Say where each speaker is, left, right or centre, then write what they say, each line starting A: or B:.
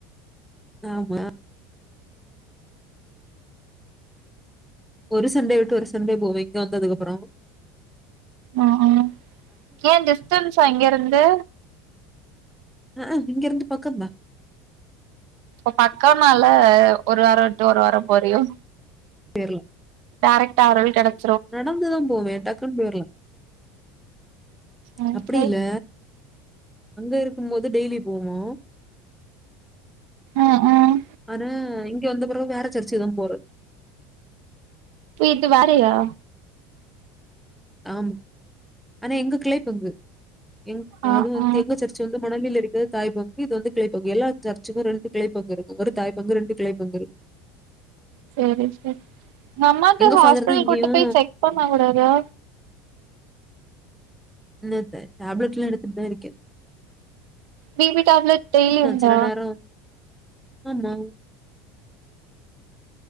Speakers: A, in the centre; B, on the right (about 70°).
A: ஆமா ஒரு சண்டே விட்டு ஒரு சண்டே போவே இங்க வந்ததுக்கப்புறோ
B: ம் ம் ஏ டிஸ்டன்ஸா இங்கேருந்து
A: அ அ இங்கருந்து பக்கந்தா
B: இப்ப பக்க நால ஒரு வார விட்டு ஒரு வார போறியோ
A: பேர்ல
B: டேரக்டா அருள் கெடக்
A: நடந்துதான் போவேன் டக்குன்னு போயிரெலா
B: ம்
A: அப்படி
B: சரி
A: இல்ல அங்க இருக்கும் போது டெய்லி போவோம்
B: ம் ம்
A: ஆனா இங் இங்க வந்தப்புறம் நேரா சர்ச்தான் போறே
B: வீட்டு வாடகையா
A: ஆம் ஆனா எங்க கிளைப் பங்கு எங்
B: ஆ
A: அது வந்து
B: ஆ
A: எங்க சர்ச்சு வந்து மணலியில இருக்கு தாய்பங்கு இது வந்து கிளைப்பங்கு எல்லா சர்ச்சுக்கு ரெண்டு கிளை பங்கு இருக்கு ஒரு தாய் பங்கு ரெண்டு கிளை பங்கு இருக்கு
B: சேரி சேரி எங்க அம்மாக்கு ஹாஸ்பிடல்
A: ஃபாதர் தான் இங்கேயும்
B: கூட்டு போய் செக் பண்ண கூடாதா
A: <unintelligible> டாப்லெட் எல்லா எடுத்துட்டுதா இருக்கே
B: பிபி டேப்லட் டெயிலி உண்டா
A: சில நேரம் ஆமா